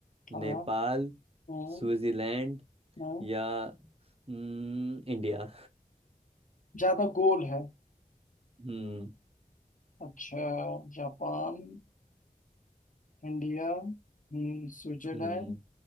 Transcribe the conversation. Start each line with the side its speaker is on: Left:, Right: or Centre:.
Left: हाँ
Right: नेपाल
Left: हाँ
Right: स्विट्जरलैंड
Left: हाँ
Right: या हम्म, इंडिया
Left: ज्यादा गोल है
Right: हम्म
Left: अच्छा जापान इंडिया हम्म, स्विट्जरलैंड
Right: हम्म